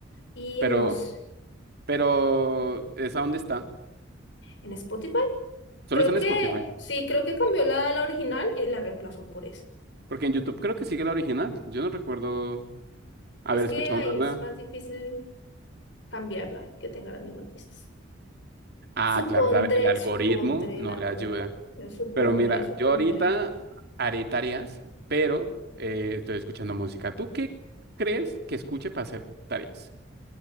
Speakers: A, on the left; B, on the right.
A: Y
B: pero,
A: no sé,
B: pero, ¿esa dónde está?
A: en Spotify,
B: Solo
A: creo
B: está en
A: que
B: Spotify,
A: sí, creo que cambió la, la original y la reemplazó por esa.
B: porque en YouTube creo que sigue la original, yo no recuerdo haber
A: Es que
B: escuchado
A: ahí
B: una nueva.
A: es más difícil cambiarla, que tenga las mismas vistas.
B: Ah,
A: Supondré,
B: claro, la- el algoritmo
A: supondré
B: no
A: la
B: le
A: duda.
B: ayuda,
A: Yo supondré,
B: pero mira,
A: supondré.
B: yo ahorita haré tareas, pero eh, estoy escuchando música. ¿Tú qué crees que escuche para hacer tareas?